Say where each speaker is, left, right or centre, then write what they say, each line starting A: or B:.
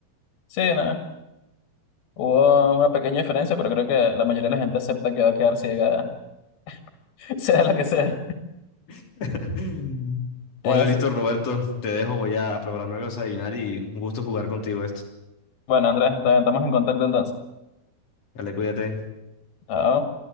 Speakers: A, on the left; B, on the left.
A: Sí, no. Hubo una pequeña diferencia, pero creo que la mayoría de la gente acepta que va a quedar ciega, <laughs> sea la que sea.
B: <laughs>
A: Eh,
B: Bueno, listo,
A: sí.
B: Roberto, te dejo, voy a prepararme algo para desayunar y un gusto jugar contigo esto.
A: Bueno, Andrés, está bien, estamos en contacto entonces.
B: Dale, cuídate.
A: Chao.